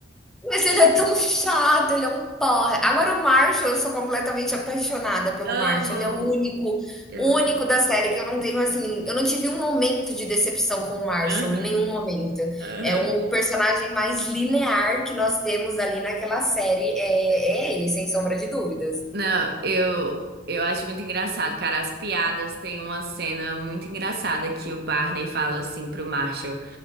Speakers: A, in the centre; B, on the right (about 60°).
A: Mas ele é tão chato, ele é um porra. Agora o Marshall, eu sou completamente apaixonada pelo
B: <laughs> Amo.
A: Marshall. Ele é o único,
B: Eu...
A: o único da série que eu não tenho assim, eu não tive um momento de decepção com o Marshall
B: Aham,
A: em nenhum momento.
B: aham.
A: É um- o personagem mais linear que nós temos ali naquela série é, é ele, sem sombra de dúvidas.
B: Não, eu eu acho muito engraçado, cara. As piadas tem uma cena muito engraçada que o Barney fala assim pro Marshall.